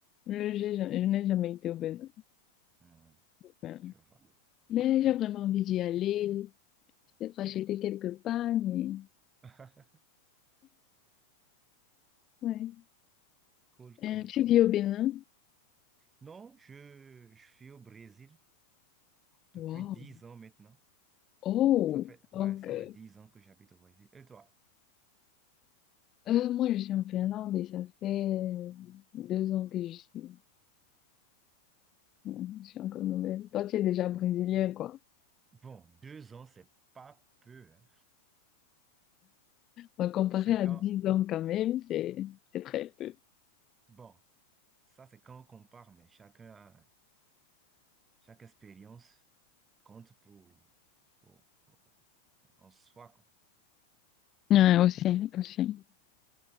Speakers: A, on the left; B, on the right.
A: Je, j'ai ja- je n'ai jamais été au Bénin,
B: Hmm,
A: mais,
B: je vois.
A: mais j'ai vraiment envie d'y aller, peut-être acheter quelques pagnes. et-
B: <laughs>
A: Ouais.
B: Cool,
A: Euh,
B: cool,
A: tu
B: cool.
A: vis au Bénin?
B: Non, je, je suis au Brésil depuis
A: Wow.
B: 10 ans maintenant.
A: Oh,
B: Ça fait,
A: donc,
B: ouais, ça
A: euh,
B: fait 10 ans que j'habite au Brésil. Et toi?
A: euh, moi, je suis en Finlande et ça fait euh, deux ans que je suis. Hmm. Je suis encore nouvelle. Toi, tu es déjà brésilienne,
B: Bon.
A: quoi.
B: Bon, deux ans, c'est pas peu, hein.
A: Bah, comparé
B: C'est
A: à
B: quand,
A: 10 ans quand même, c'est c'est très peu.
B: bon, ça c'est quand on compare, mais chacun a- chaque expérience compte pour, pour- pour- en soi, quoi.
A: Ouais, aussi, aussi.